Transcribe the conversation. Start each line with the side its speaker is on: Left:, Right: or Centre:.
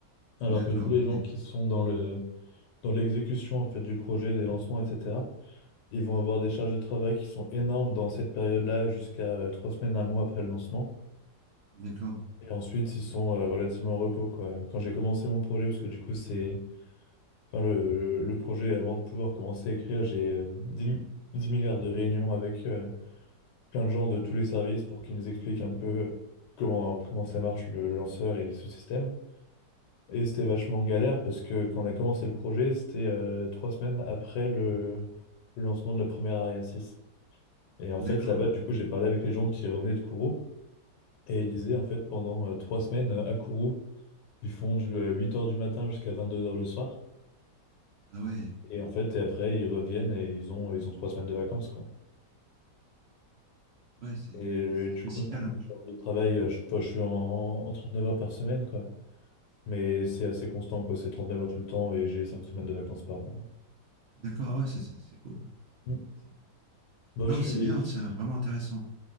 Left: Alors
Right: D'accord.
Left: que tous les gens
Right: ok.
Left: qui sont dans le, dans l'exécution en fait du projet, des lancements, etc., ils vont avoir des charges de travail qui sont énormes dans cette période-là jusqu'à euh, trois semaines, un mois après le lancement.
Right: D'accord.
Left: Et ensuite ils sont euh, relativement en repos quoi. Quand j'ai commencé mon projet, parce que du coup c'est Enfin, le, le- le projet, avant de pouvoir commencer à écrire, j'ai euh, dix mi- 10 milliards de réunions avec euh, plein de gens de tous les services pour qu'ils nous expliquent un peu euh, comment, comment ça marche le, le lanceur et les sous-systèmes. Et c'était vachement galère parce que quand on a commencé le projet, c'était euh, trois semaines après le, le lancement de la première Ariane 6. Et en
Right: D'accord.
Left: fait, là-bas, du coup, j'ai parlé avec les gens qui revenaient de Kourou et ils disaient, en fait, pendant euh, trois semaines euh, à Kourou, ils font du euh, huit heures du matin jusqu'à vingt-deux heures le soir.
Right: Ah ouais.
Left: Et en fait, et après, ils reviennent et ils ont, ils ont trois semaines de vacances, quoi.
Right: Ah ouais, c'est
Left: Et euh,
Right: ouais, c'est
Left: du
Right: spécial,
Left: coup, non,
Right: hein.
Left: genre, le travail, euh, je, enfin, je suis en, en 39 heures par semaine, quoi. Mais c'est assez constant, quoi. C'est 39 heures tout le temps et j'ai cinq semaines de vacances par an.
Right: D'accord. Ah ouais, c'est c'est- c'est cool, ouais.
Left: Mm.
Right: C'est cool.
Left: Bon,
Right: Non,
Left: je
Right: mais
Left: suis...
Right: c'est bien, c'est vraiment intéressant.